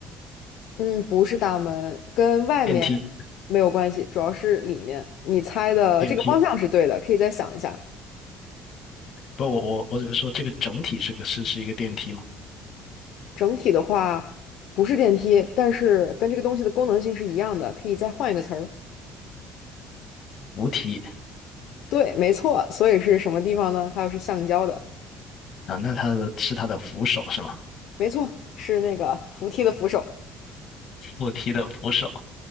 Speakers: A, on the left (about 75°); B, on the left (about 55°).
A: 嗯，不是大门，跟外面
B: 电梯，
A: 没有关系，主要是里面。你猜的这个方向是对的，
B: 电梯。
A: 可以再想一下。
B: 不，我我我只是说这个整体是个是是一个电梯吗？
A: 整体的话不是电梯，但是跟这个东西的功能性是一样的，可以再换一个词儿。
B: 扶梯
A: 对，没错。所以是什么地方呢？它又是橡胶的，
B: 啊，那它的是它的扶手是吗？
A: 没错，是那个扶梯的扶手。
B: 扶梯的扶手，